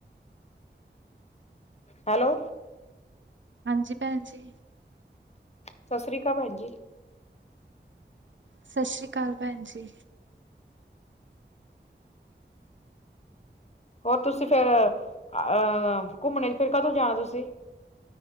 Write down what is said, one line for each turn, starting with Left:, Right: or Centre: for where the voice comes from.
Left: ਹੈਲੋ,
Right: ਹਾਂਜੀ ਭੈਣ ਜੀ।
Left: ਸਤਿ ਸ੍ਰੀ ਅਕਾਲ ਭੈਣ ਜੀ।
Right: ਸਤਿ ਸ੍ਰੀ ਅਕਾਲ ਭੈਣ ਜੀ।
Left: ਹੋਰ ਤੁਸੀਂ ਫੇਰ ਅਹ ਘੁੰਮਣੇ ਚ ਫਿਰ ਕਦੋਂ ਜਾਣਾ ਤੁਸੀਂ।